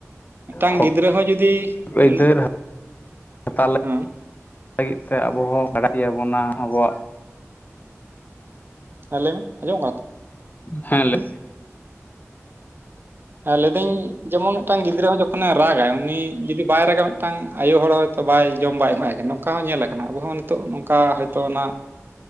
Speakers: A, on the right (about 45°); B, on the left (about 35°).
A: ᱢᱤᱫᱴᱟᱝ
B: ᱦᱚᱠ
A: ᱜᱤᱫᱽᱨᱟᱹ ᱦᱚᱸ ᱡᱩᱫᱤ
B: ᱟᱹᱭᱫᱟᱹᱨ
A: ᱩᱱᱤ
B: ᱦᱟᱛᱟᱞᱮ
A: ᱦᱮᱸ
B: ᱞᱟᱹᱜᱤᱫ ᱛᱮ ᱟᱵᱚ ᱦᱚᱸ <unintelligible> ᱟᱵᱚᱣᱟᱜ
A: ᱦᱮᱸ ᱞᱟᱹᱭ ᱢᱮ ᱟᱸᱡᱚᱢᱚᱜ ᱠᱟᱱᱟ ᱛᱚ
B: ᱦᱮᱸ ᱞᱮ
A: ᱮ ᱞᱟᱹᱭ ᱫᱟᱹᱧ ᱡᱮᱢᱚᱱ ᱢᱤᱫᱴᱟᱝ ᱜᱤᱫᱽᱟᱹ ᱦᱚᱸ ᱡᱚᱠᱷᱚᱱᱮ ᱨᱟᱜᱟᱭ ᱩᱱᱤ ᱡᱩᱫᱤ ᱵᱟᱭ ᱨᱟᱜᱟ ᱢᱤᱫᱴᱟᱝ ᱟᱭᱳ ᱦᱚᱲ ᱦᱚᱭᱛᱳ ᱵᱟᱭ ᱡᱚᱢ ᱵᱟᱭ ᱮᱢᱟᱭ ᱠᱟᱱᱟ ᱚᱱᱠᱟ ᱦᱚᱸ ᱧᱮᱞ ᱠᱟᱱᱟ ᱟᱵᱚᱦᱚᱸ ᱱᱤᱛᱚᱜ ᱱᱚᱝᱠᱟ ᱦᱚᱭᱛᱚ ᱚᱱᱟ